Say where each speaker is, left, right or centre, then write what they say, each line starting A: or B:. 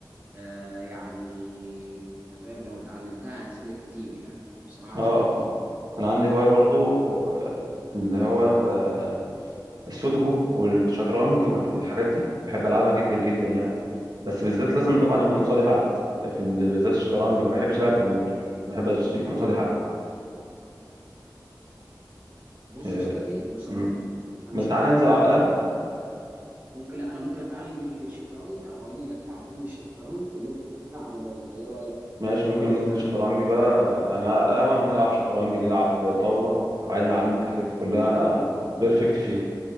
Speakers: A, on the right; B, on the right.
A: آه، يعني انت فاهم لو اتعلمتها هتفيدك كتير يعني بصراحه هتفيدك
B: آه
A: كتير
B: انا عندي هواية برضو آه، اللي هو ال- آه، السودوكو والشطرنج والحاجات دي بحب العبها جدا جدا يعني بس بالذات لازم
A: انت في
B: طبعا
A: الجيش
B: يكون قصادي حد في ال... بالذات الشطرنج ما بحبش العب كمبيوتر ما بحبش يكون قصادي حد
A: بص
B: آه،
A: يا صديقي بصراحه
B: مم.
A: انا
B: ما
A: شايف
B: تعالى ننزل
A: كده
B: على القهوة
A: ممكن ممكن لا انا ممكن اتعلم الشطرنج او اجي لك تعلمني الشطرنج ونلعب انا وانت ايه رايك؟
B: ماشي ممكن ننزل شطرنج بقى يعني على القهوة نلعب شطرنج نلعب طاولة لو عايزني اعلمك الحاجات دي كلها
A: الشطرنج
B: انا بيرفكت فيها